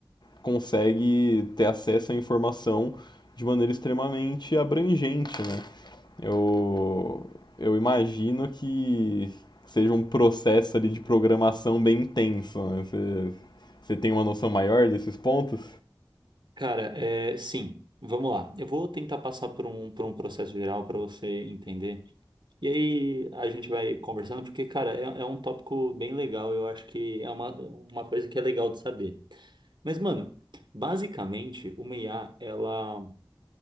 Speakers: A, on the left; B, on the right.
A: consegue ter acesso à informação de maneira extremamente abrangente, né? Eu, eu imagino que seja um processo ali de programação bem intenso, né? Você, você tem uma noção maior desses pontos?
B: Cara, é, sim, vamos lá. Eu vou tentar passar por um, por um processo geral para você entender. E aí a gente vai conversando, porque, cara, é, é um tópico bem legal, eu acho que é uma, uma coisa que é legal de saber. Mas, mano, basicamente, uma IA, ela,